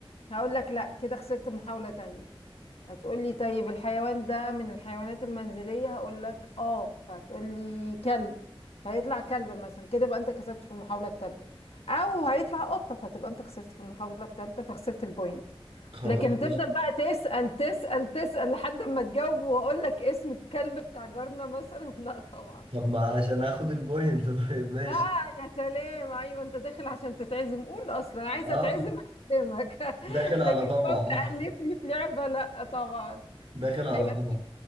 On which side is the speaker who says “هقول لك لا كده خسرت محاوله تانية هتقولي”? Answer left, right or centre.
Left